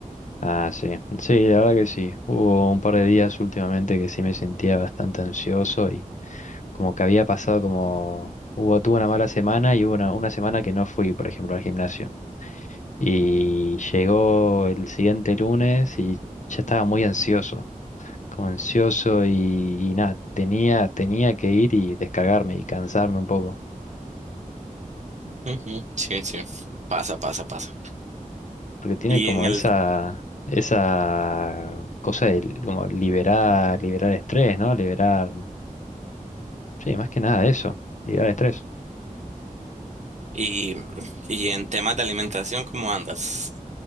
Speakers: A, on the left; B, on the right.
A: Ah, sí. Sí, la verdad que sí. Hubo un par de días últimamente que sí me sentía bastante ansioso y como que había pasado como hubo, tuve una mala semana y hubo una, una semana que no fui, por ejemplo, al gimnasio. Y llegó el siguiente lunes y ya estaba muy ansioso, como ansioso y, y nada, tenía, tenía que ir y descargarme y cansarme un poco.
B: Ujú, Sí, sí, pasa, pasa, pasa.
A: porque tiene
B: Y
A: como
B: en el
A: esa, esa cosa de li- como liberar, liberar estrés, ¿no? Liberar, sí, más que nada eso, liberar estrés.
B: y, y en temas de alimentación, ¿cómo andas?